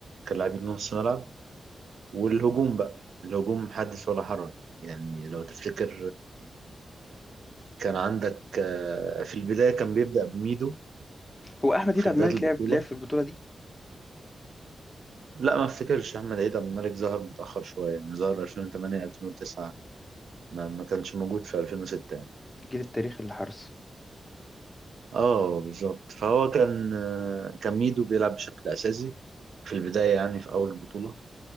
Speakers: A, on the right; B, on the left.
A: كان لاعبين نص ملعب والهجوم بقى الهجوم حدث ولا حرج يعني لو تفتكر كان عندك آه، في البداية كان بيبدأ بميدو
B: هو احمد ديد
A: في
B: عبد
A: بداية
B: الملك
A: البطولة
B: لعب لعب في البطوله دي
A: لا ما افتكرش أحمد عيد عبد الملك ظهر متأخر شوية يعني ظهر 2008 2009 ما ما كانش موجود في 2006 يعني.
B: الجيل التاريخي للحرس
A: اه بالظبط فهو كان آه، كان ميدو بيلعب بشكل أساسي في البداية يعني في أول البطولة